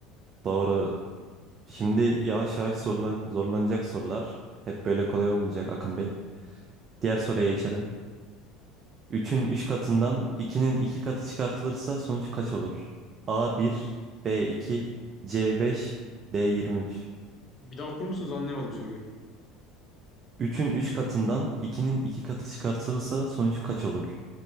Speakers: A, on the right; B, on the left.
A: doğru. Şimdi yavaş yavaş zorla- zorlanacak sorular. Hep böyle kolay olmayacak Akın Bey. Diğer soruya geçelim. Üçün 3 katından ikinin 2 katı çıkartılırsa sonuç kaç olur? A1, B2, C5, D23.
B: Bir daha okur musunuz? Anlayamadım soruyu.
A: Üçün 3 katından ikinin 2 katı çıkartılırsa sonuç kaç olur?